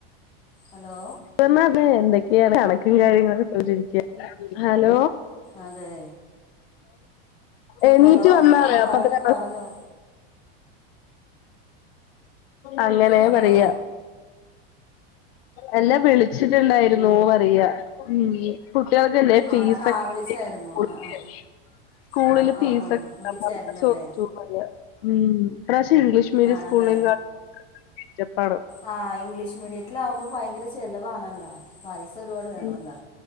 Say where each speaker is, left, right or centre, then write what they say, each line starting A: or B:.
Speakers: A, on the left (about 15°); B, on the left (about 70°).
A: ഹലോ
B: <unintelligible> എന്തൊക്കെയോ കണക്കും കാര്യങ്ങളക്കെ <unintelligible> ഹലോ
A: അതെ
B: എണീറ്റ്
A: ഹലോ
B: വന്നാണ്
A: ആഹ്
B: അപ്പത്തിന്
A: പറഞ്ഞോ പറഞ്ഞോ
B: അങ്ങനെ
A: ഹലോ
B: പറയാ എന്നെ വിളിച്ചിട്ടുണ്ടായിരുന്നു പറയാ ഉം കുട്ടികൾക്കല്ലെ ഫീസ്
A: ആണ് ആ
B: ഒക്കെ
A: വിളിച്ചായിരുന്നു
B: <unintelligible>
A: ആ ആ
B: സ്കൂളില്
A: ആ ആ
B: ഫീസ്ക്കെ
A: ആ
B: <unintelligible>
A: വിളിച്ചായിരുന്നല്ലേ
B: ഉം ഇപ്രാവശ്യം ഇംഗ്ലീഷ് <unintelligible>
A: ആണല്ലേ ആഹ് ഇംഗ്ലീഷ് മീഡിയത്തിലാകുമ്പോ ഭയങ്കര ചിലവാണല്ലോ പൈസ ഒരുപാട് വേണല്ലോ
B: ഉം